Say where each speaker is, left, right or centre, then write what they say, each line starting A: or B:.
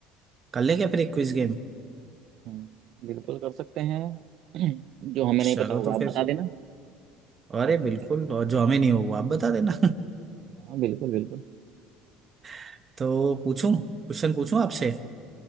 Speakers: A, on the right; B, on the right.
A: कर लें क्या फिर एक क्विज गेम
B: बिल्कुल कर सकते हैं <clears throat> जो हमें नहीं
A: चलो
B: पता होगा
A: तो फिर
B: आप बता देना
A: अरे
B: कर सकते
A: बिल्कुल
B: हैं
A: और जो हमें नहीं हो वो आप बता देना
B: हाँ बिल्कुल बिल्कुल
A: <laughs> तो पूछूं क्वेश्चन पूछूं आपसे